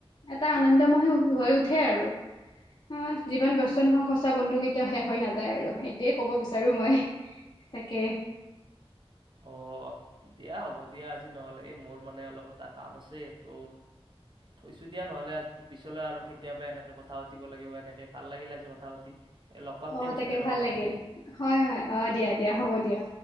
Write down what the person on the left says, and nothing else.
এটা আনন্দময় হৈ উঠে আৰু আহ যিমান বস্ত নোহোৱা সঁচা বন্ধু কেতিয়াও শেষ হৈ নাযায় আৰু এতিয়ে কব বিচাৰো মই তাকে,
অ
তাকে
ভাল
লাগিল
হয় হয় অ দিয়া দিয়া হ'ব দিয়া।